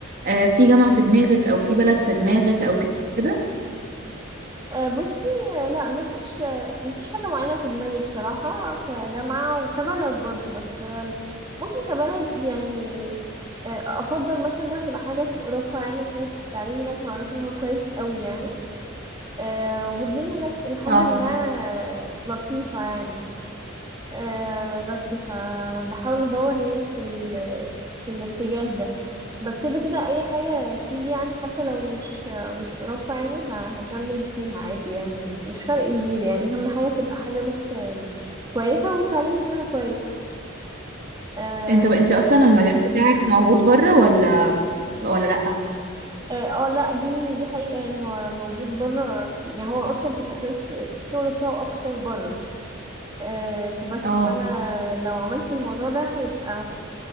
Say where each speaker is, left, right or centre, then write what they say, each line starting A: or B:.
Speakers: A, on the right (about 45°); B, on the right (about 20°).
A: آه، في جامعة في دماغك او في بلد في دماغك او كده
B: أه بصي آه، لا مفيش آه، مفيش حاجة معينة في دماغي بصراحة كجامعة وكبلد برضو بس آه، ممكن كبلد يعني آه، افضل مثلا انها تبقى حاجة في اوروبا يعني عشان التعليم هناك معروف ان هو كويس قوي يعني أه والدنيا هناك لحد
A: اه
B: ما آه، لطيفة يعني آه بس فبحاول ادور يعني في ال... في الاتجاه ده بس كده كده اي حاجة تيجي يعني حتى لو مش مش اوروبا يعني ه... هكمل فيها عادي يعني مش فرق كبير يعني اهم حاجة تبقى حاجة بس آم، كويسة والتعليم بتاعها كويس آم،
A: انت بقى انتي اصلا المجال بتاعك موجود بره ولا ولا لا
B: اه آه، لا دي دي حقيقة يعني هو موجود بره كتير يعني هو اصلا في الاساس الشغل بتاعه اكتر بره آه، فبس
A: اه
B: فانا لو عملت الموضوع ده هيبقى